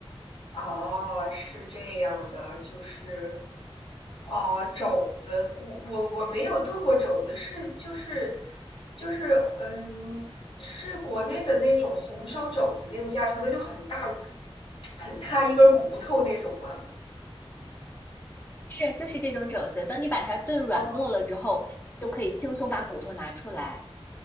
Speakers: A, on the left (about 70°); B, on the left (about 20°).
A: 哦，是这样的，就是，哦，肘子，我我我没有炖过肘子，是就是就是，嗯，是国内的那种红烧肘子那种家常菜，就很大很大一根骨头那种吗？
B: 是，就是这种肘子，等你把它炖软糯了之后，
A: 哦，
B: 就可以轻松把骨头拿出来，